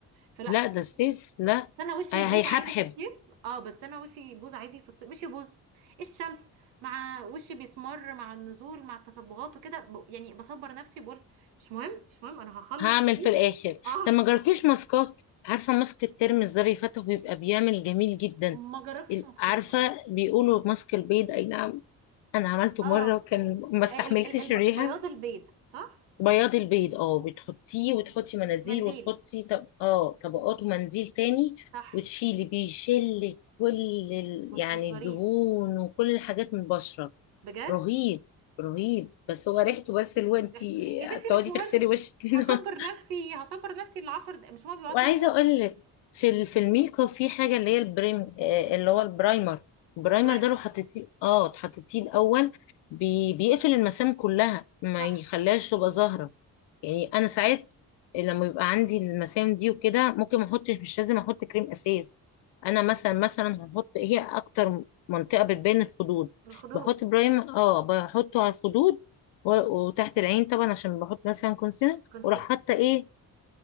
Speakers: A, on the right (about 85°); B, on the left (about 70°).
A: فلا
B: لا ده سيف لا
A: بس انا وشي
B: آه،
A: يبوظ
B: هيحبحب
A: عادي في الصيف اه بس انا وشي يبوظ عادي في الصيف مش يبوظ الشمس مع وشي بيسمر مع النزول مع التصبغات وكده ب... يعني بصبر نفسي بقول مش مهم مش مهم انا هخلص
B: هعمل
A: الصيف
B: في الاخر
A: اه
B: طب ما جربتيش ماسكات عارفه ماسك الترمس ده بيفتح ويبقى بيعمل جميل جدا
A: ما جربتش
B: ال-
A: مسكار
B: عارفه بيقولوا ماسك البيض اي نعم انا عملته
A: اه
B: مره وكان ما استحملتش
A: ال... ال... الب-
B: الريحه
A: بياض البيض صح
B: بياض البيض اه بتحطيه وتحطي مناديل
A: منديل
B: وتحطي طب اه طبقات ومنديل تاني
A: صح
B: وتشيلي بيشل كل ال-
A: ما تهزريش
B: يعني الدهون وكل الحاجات من البشرة
A: بجد
B: رهيب رهيب بس هو ريحته بس اللي هو انت
A: ضحك. يا ستي
B: تقعدي
A: مش مهم
B: تغسلي وشك منه
A: هصبر نفسي هصبر نفسي العشر دقايق مش
B: <laughs>
A: هو بيبقى
B: وعايزه
A: 10 دقايق
B: اقول لك في ال- في الميك اب في حاجه اللي هي البريم آه، اللي هو البرايمر البرايمر
A: البرايمر
B: ده لو حطيتيه اه حطيتيه الاول بي... بيقفل المسام كلها ما
A: صح
B: يخليهاش تبقى ظاهره يعني انا ساعات لما بيبقى عندي المسام دي وكده ممكن ما احطش مش لازم احط كريم اساس انا مثلا مثلا هحط هي اكتر منطقه بتبان الخدود
A: الخدود
B: بحط برايم اه بحطه على الخدود و- وتحت العين طبعا عشان بحط مثلا كونسيلر
A: كونسيلر
B: وراح حاطه ايه